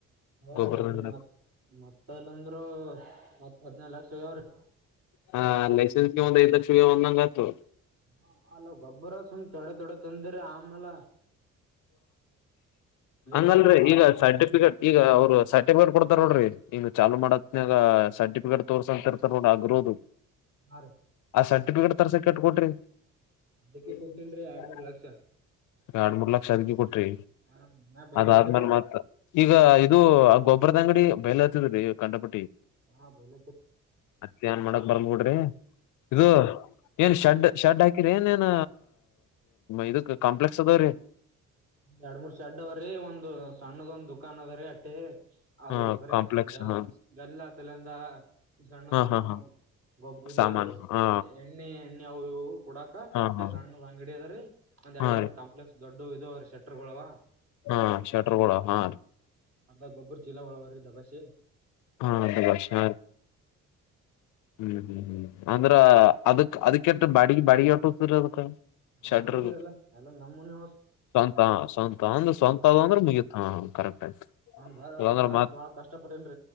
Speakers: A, on the right (about 50°); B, on the left (about 80°).
A: ಹಾ
B: ಗೊಬ್ಬರದಂಗಡ
A: ಎಲ್ರಿ ಮತ್ ಮತ್ತ <unintelligible> ಅಂದ್ರು ಹತ್ ಹದಿನೈದ್ ಲಕ್ಷ ಹೊಗವ್ರೀ
B: ಹಾ ಲೈಸೆನ್ಸ್ ಕೆ ಒಂದ್ ಐದ್ ಲಕ್ಷ್ ಹೊಗ್ಯವ್ ಅಂತ್ ಆಯ್ತು
A: ಹಾ ಅಲ ಗಬ್ಬರ ಸುಮ್ ಥೋಡೆ ಥೋಡೆ ತಂದರೆ ಅಮೆಲ
B: ಹಂಗಲ್ರರಿ
A: ಬರ್ನ ಪ್ರಾಪ್
B: ಈಗ ಸರ್ಟಿಫಿಕೇಟ ಇಗ ಅವರು ಸರ್ಟಿಫಿಕೇಟ್ <unintelligible> ನೋಡ್ರಿ ಇಂಗ ಚಾಲು ಮಾಡತ್ನಾಗ ಸರ್ಟಿಫಿಕೇಟ್ ತೋರ್ಸ <unintelligible> ಆಗಿರೋದು
A: ಹಾ ರೀ
B: ಆ ಸರ್ಟಿಫಿಕೇಟ್ ತರಸಕ್ಕೆ ಎಷ್ಟ್ ಕೊಟ್ರಿ
A: ಅದಕ್ಕೆ
B: <unintelligible>
A: ಕೊಟ್ಟೇನ್ರಿ ಎರಡ್ ಮೂರ್ ಲಕ್ಷ.
B: ದಗಿ ಕೊಟ್ರಿ
A: ಹಾ ಮನ್ಯಾಗ ಬೈಲತ್ತಿರ
B: ಅದಾದ್ಮೇಲೆ ಮತ್ ಈಗ ಇದು ಗೊ ಒಬ್ರದ ಅಂಗಡಿ ಬಯಲ ಹತ್ತಿದ ರೀ ಕಂಡಟ್ಟ
A: ಹಾ ಬೋಲ
B: ಮತ್ತ ಏನ್ ಮಾಡಕ್ ಬರ್ಲ್ ಬಿಡ್ರಿ ಇದು ಏನ್ ಶಡ್ ಶರ್ಡ್ ಹಾಕಿರಿ ಏನ್ ಏನ್ ಇದಕ್ ಕಾಂಪ್ಲೆಕ್ಸ್ ಅದಾವ್ರೀ
A: ಎರಡ್ ಮೂರ್ ಶೆಡ್ದ್ರೀ ಒಂದ್ ಸಣ್ಣದೊಂದ್ ದುಕಾನ್ಗರೀ ಅಟ್ಟೆ ಅದು
B: ಹಾ
A: ಬರೀ
B: ಕಾಂಪ್ಲೆಕ್ಸ್
A: ಗಲ್ಲ
B: ಹಾ
A: ಗಲ್ಲ ಫಿಲಂದ ಸಣ್ಣ
B: ಹಾ
A: ಸಣ್ಣು
B: ಹಾ ಹಾ
A: ಗಬ್ಬು ಇದು
B: ಸಾಮಾನು ಹಾ
A: ಎಣ್ಣೆ ಎಣ್ಣೆ ಅವು ಇವು ಕುಡಾಕ
B: ಹಾ
A: ಎಟ್ಟೆ
B: ಹಾ
A: ಸಣ್ಣ ಅಂಗಡಿ ಅದ್ರೀ ಒಂದ್ ಎರಡು
B: ಹಾ
A: ಮೂರ್
B: ರೀ
A: ಕಾಂಪ್ಲೆಕ್ಸ್ ದೊಡ್ಡ ಇದು ಅವ್ರರು ಶೆಟರ್ಗಳುವ
B: ಹಾ ಶಟರ್ಗಳವಾ
A: ಅದಾಗ ಗೊಬ್ಬರು ಚೀಲ ಹೊಳವರ್ ದ ಬಸೆ
B: ಹಾ ಅದ ಹಷಾ ಹ್ಮ್ ಹ್ಮ್ ಅಂದ್ರ ಅದ್ ಅದಕ್ಕೆಷ್ಟ ಬಾಡ್ಗೆ ಬಾಡಿಗೆ ಹೊಟರ ಅದಕ್ಕ ಚಡ್ರು
A: ಅಡ್ಗಿಲ್ರಿ ಎಲ್ಲ ಎಲ್ಲ ನಮ್ಮನೆ
B: ಸ್ವಂತ ಸ್ವಂತ ಅಂದ್ರ ಸ್ವಂತ ಅ ಅಂದ್ರೆ ಮುಗುತ್ತಾ ಕರೆಕ್ಟ್ ಆಯ್ತು
A: ಒಂದ
B: ಇಲ್ಲಾಂದ್ರ
A: ಒಂದ್ ವರ್ಷ
B: ಮತ್
A: ಬಾಳ ಕಷ್ಟ ಪಟ್ಟನ್ರೀ